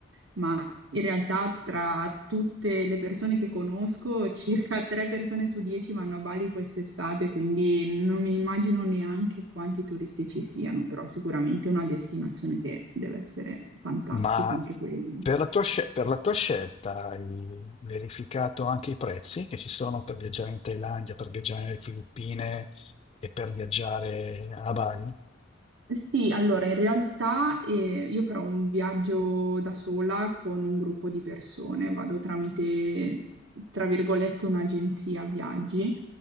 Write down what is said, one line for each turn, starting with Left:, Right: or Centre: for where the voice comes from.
Right: ma in realtà tra tutte le persone che conosco, <laughs> circa tre persone su dieci vanno a Bali quest'estate, quindi non mi immagino neanche quanti turisti ci siano, però sicuramente è una destinazione che deve essere fantastica
Left: Ma
Right: anche quella.
Left: per la tua, scel- per la tua scelta hai verificato anche i prezzi che ci sono per viaggiare in Thailandia, per viaggiare nelle Filippine e per viaggiare a Bali?
Right: Sì, allora in realtà eh, io farò un viaggio da sola con un gruppo di persone, vado tramite, tra virgolette, un'agenzia viaggi,